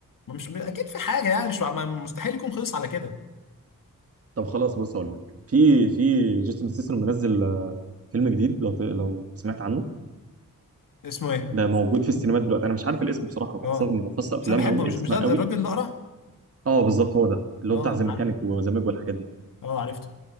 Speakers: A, on the left; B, on the right.
A: ما مش اكيد في حاجه يعني مش ما- مستحيل يكون خلص على كده
B: طب خلاص بص اقول لك في في جيسون ستاثام منزل آه، فيلم جديد لو ت- لو سمعت عنه
A: اسمه ايه
B: ده موجود في السينمات دلوقتي انا مش عارف الاسم بصراحه انا بحفظ
A: اه
B: اني بحفظ افلام
A: بس انا بحبه
B: قوي
A: مش
B: اسمها
A: مش ده الراجل
B: قوي
A: الاقرع
B: اه بالظبط هو ده اللي
A: اه
B: هو بتاع ذا ميكانيك
A: عارف
B: وذا ميج والحاجات دي
A: اه عرفته